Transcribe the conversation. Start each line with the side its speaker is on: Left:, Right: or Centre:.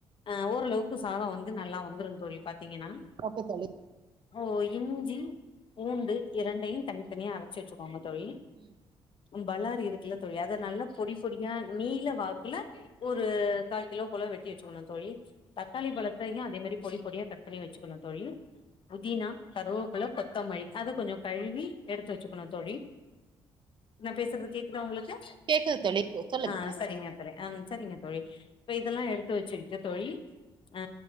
Left: அ ஓரளவுக்கு சாத வந்து நல்லா வந்துருங் தோழி பாத்தீங்கன்னா
Right: அப்ப தோழி
Left: ஓ இஞ்சி பூண்டு இரண்டையு தனி தனியா அரச்சு வச்சுக்கோங்க தோழி
Right: ம்
Left: ம் பலாரி இருக்குல்ல தோழி அத நல்லா பொடி பொடியா நீல வாக்குல ஒரு காக்கிலோ போல வெட்டி வெச்சுக்கணு தோழி தக்காளி பழத்தையு அதே மாரி பொடி பொடியா கட் பண்ணி வச்சுக்கணு தோழி புதினா கருவோபுள கொத்தமழி அத கொஞ்சோ கழுவி எடுத்து வச்சுக்கணு தோழி நா பேசற்து கேக்குதா உங்ளுக்கு
Right: கேக்குது தோழி கு- சொல்லுங்க
Left: ஆ சரிங்க தளே அம் சரிங்க தோழி இப்ப இதல்லா எடுத்து வச்சிக்கிட்டு தோழி அ